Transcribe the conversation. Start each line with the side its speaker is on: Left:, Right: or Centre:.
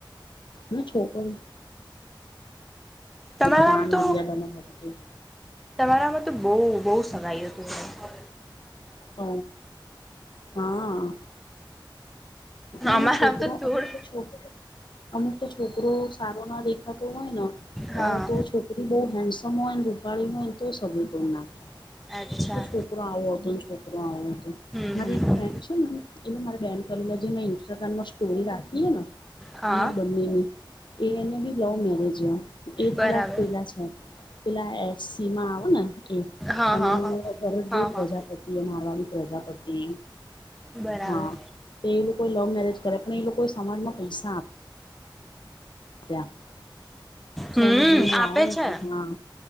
Left: ના છોકરો હ
Centre: તમારામાં
Left: પન
Centre: તો
Left: મર્યાદામાં મળરી <inaudible>
Centre: તમારામાં તો બહુ બહુ સગાઈ તો હો
Left: હ હા એમાં
Centre: અમારામ
Left: છોકરો
Centre: થોડ
Left: અમુક તો છોકરો અમુક તો છોકરો સારો ના દેખાતો હોય ને
Centre: હા
Left: તો છોકરી બહ હેન્ડસમ હોયને રૂપાળી હોય ને તો સગ તો નાખે
Centre: અચ્છા
Left: કે છોકરો આવો હતો ને છોકરો આવો હતો
Centre: હમ
Left: મારી
Centre: હમ
Left: એક ફ્રેન્ડ છે ને એને મારા બેન ક જે મેમે ઇન્સ્ટાગ્રામ ના સ્ટોરી રાખે ને
Centre: હા
Left: અમર બંનેની એને બી લવ મેરેજ એ થોડાક
Centre: બરાબર
Left: પેલા છે પેલા એસી માં આવે ને એ
Centre: હા
Left: અને
Centre: હા હા
Left: ભરતભાઈ
Centre: હા
Left: પ્રજાપતિ
Centre: હા
Left: એ મારવાડી પ્રજાપતિ
Centre: બરાબર
Left: હા કો લવ મેરેજ કરે પણ એ લોકો સમાજમાં પૈસા આવે <unintelligible>
Centre: હમ આપે છે
Left: કે હા